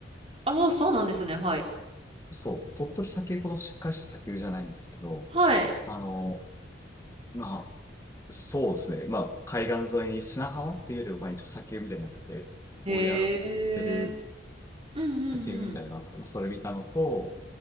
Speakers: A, on the right; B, on the left.
A: ああ、そうなんですね。はい。
B: そう、鳥取砂丘ほどしっかりした砂丘じゃないんですけど、
A: はい。
B: あの、まあ、そうですね、まあ、海岸沿いに砂浜っていうよりは、まあ、一応砂丘みたいになってて、
A: へえ。
B: 盛り上がってる
A: うんうんうん。
B: 砂丘みたいなのがあって、まあ、それ見たのと、